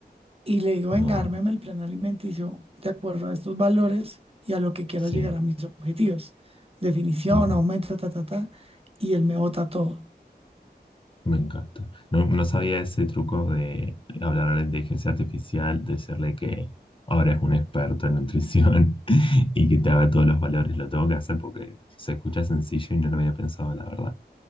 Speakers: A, on the right; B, on the left.
A: y le digo, venga,
B: Ah,
A: ármeme el plan alimenticio de acuerdo a estos valores y a lo que quiero
B: sí.
A: llegar a mis objetivos. Definición,
B: Ujú.
A: aumento, ta, ta, ta. Y él me bota todo.
B: Me encanta. No, no sabía ese truco de hablar a la inteligencia artificial, decirle que ahora es un experto en nutrición <laughs> y que te haga todos los valores. Lo tengo que hacer porque se escucha sencillo y no lo había pensado, la verdad.